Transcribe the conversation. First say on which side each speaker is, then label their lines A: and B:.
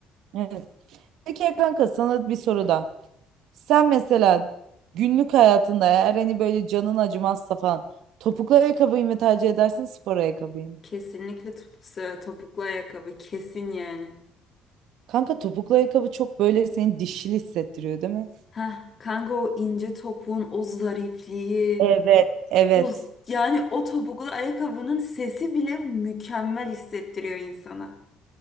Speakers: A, on the right; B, on the left.
A: Evet. Peki ya kanka sana bir soru daha. Sen mesela günlük hayatında eğer hani böyle canın acımazsa falan topuklu ayakkabıyı mı tercih edersin spor ayakkabıyı mı?
B: Kesinlikle top- topuklu ayakkabı. Kesin yani.
A: Kanka topuklu ayakkabı çok böyle seni dişil hissettiriyor değil mi?
B: Heh, kanka o ince topuğun o zarifliği.
A: Evet. Evet,
B: O, yani o topuklu ayakkabının sesi bile mükemmel hissettiriyor insana.